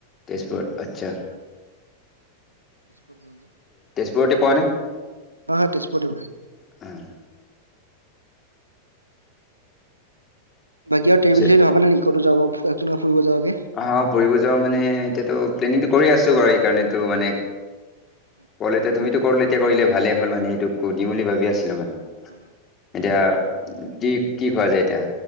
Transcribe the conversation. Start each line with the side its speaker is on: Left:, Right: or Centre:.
Left: তেজপুৰত আচ্ছা
Right: হয় <unintelligible>
Left: ৰুটি <unintelligible> পানী
Right: হা হা তেজপুৰ
Left: আ
Right: বাকী আৰু টব
Left: পিছে
Right: ভবা নেকি'তো যাব। ফুৰিব যোৱাকে আমি
Left: আহ ফুৰিব যোৱা মানে এতিয়াতো প্লেনিংটো কৰি আছো বাৰু এইকাৰণটো মানে।
Right: উ
Left: কল এতিয়া তুমিতো কল এয়া কৰিলে ভালেই হ'ল মানে এইটো কো দিম বুলি ভাবি আছিলো মানে।
Right: উ
Left: এতিয়া কি কি খোৱা যায় এতিয়া